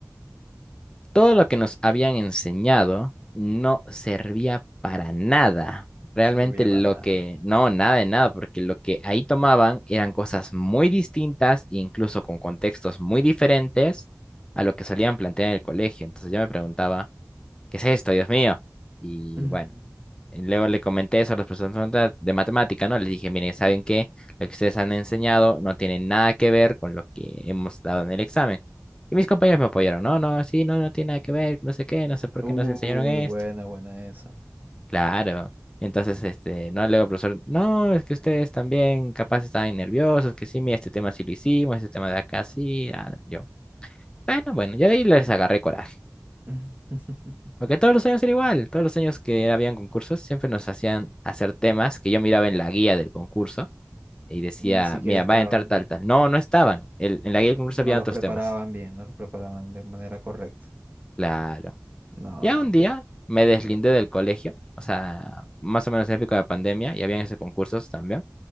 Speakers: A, on the left; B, on the right.
A: Todo lo que nos habían enseñado no servía para nada. Realmente
B: Servía
A: lo
B: para nada.
A: que, no, nada de nada, porque lo que ahí tomaban eran cosas muy distintas, incluso con contextos muy diferentes a lo que solían plantear en el colegio. Entonces yo me preguntaba, ¿qué es esto, Dios mío? Y
B: Mm.
A: bueno. Y Luego le comenté eso a los profesores de de matemática, ¿no? Les dije, miren, ¿saben qué? Lo que ustedes han enseñado no tiene nada que ver con lo que hemos dado en el examen. Y mis compañeros me apoyaron, no, no, sí, no, no tiene nada que ver, no sé qué, no sé por
B: Uy,
A: qué nos enseñaron esto.
B: buena, buena esa.
A: Claro. Entonces, este, no, luego el profesor, no, es que ustedes también capaz estaban nerviosos, que sí, mira, este tema sí lo hicimos, este tema de acá sí, ah, yo. Bueno, bueno, yo de ahí les agarré coraje.
B: <laughs>
A: Porque todos los años era igual, todos los años que habían concursos siempre nos hacían hacer temas que yo miraba en la guía del concurso y decía,
B: Ni siquiera
A: mira,
B: estaban.
A: va a entrar tal, tal. No, no estaban. El- en la guía del concurso
B: No
A: había
B: los
A: otros
B: preparaban
A: temas.
B: bien, no los preparaban de manera correcta.
A: Claro.
B: No,
A: Ya un
B: ok.
A: día me deslindé
B: correcto.
A: del colegio, o sea, más o menos en época de pandemia y habían esos concursos también.